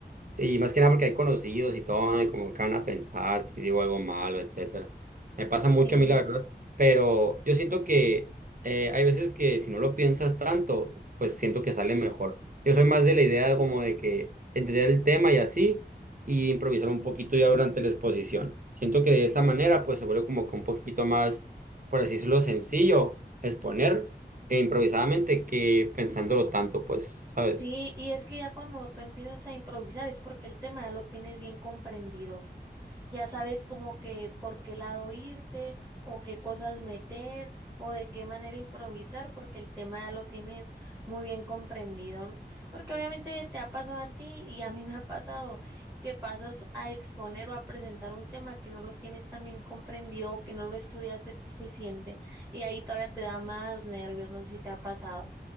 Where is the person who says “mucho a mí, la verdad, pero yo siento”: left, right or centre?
Right